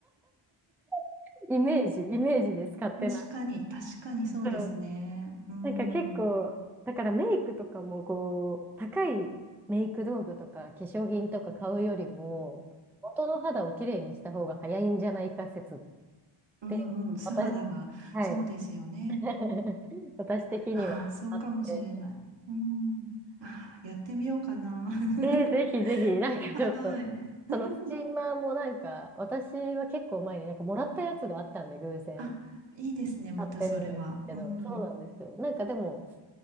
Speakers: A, in the centre; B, on the right (about 60°).
A: <laughs> イメージ、イメージです、勝手な。
B: 確かに、確かにそうですね。
A: うん
B: うーん、
A: なんか結構、
B: うん、
A: だからメイクとかもこう、高いメイク道具とか化粧品とか買うよりも、元の肌をきれいにした方が早いんじゃないか説っ
B: うん、
A: て、
B: うん、素肌が、
A: 私、はい。
B: そうですよね。
A: <laughs> 私的にはあって。
B: ああ、そうかもしれない。うん。ああ、やってみようかな。<laughs>
A: えーぜひぜひ、なんかちょっと、
B: はーい。<laughs>
A: そのスチーマーもなんか、私は結構前になんかもらったやつがあったんで、偶然
B: あ、いいですね、またそれは。
A: 買ってるんですけど、
B: うん。
A: そうなんですよ。なんかでも、